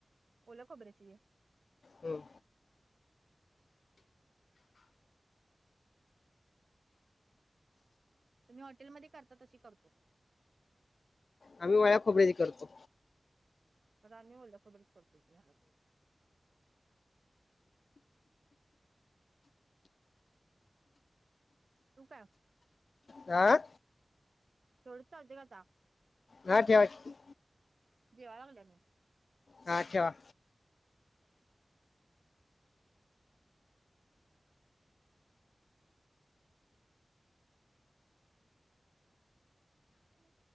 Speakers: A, on the right; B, on the left.
A: ओला खबर्याची.
B: हम्म.
A: तुम्ही हॉटेलमध्ये करता तशी करतो.
B: आम्ही वया्या खोबऱ्याची करतो.
A: तर आम्ही ओल्या खोबरीच करत हलत. तू काय.
B: आह.
A: तेवढं चालते का आता.
B: हा ठवा की.
A: जेव लावल्या मी.
B: हा ठेवा.
A: कर.